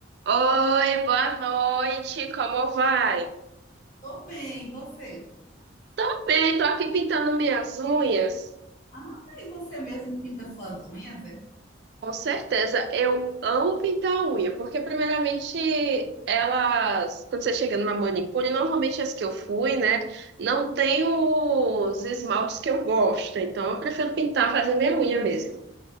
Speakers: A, on the right; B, on the left.
A: Oi, boa noite, como vai?
B: Tô bem, e você?
A: Tô bem, tô aqui pintando minhas unhas.
B: Ah, tá, e você mesmo pinta suas unhas, é?
A: Com certeza, eu amo pintar a unha, porque primeiramente elas, quando você chega numa manicure, normalmente as que eu fui, né, não tem os esmaltes que eu gosto, então eu prefiro pintar, fazer minha unha mesmo.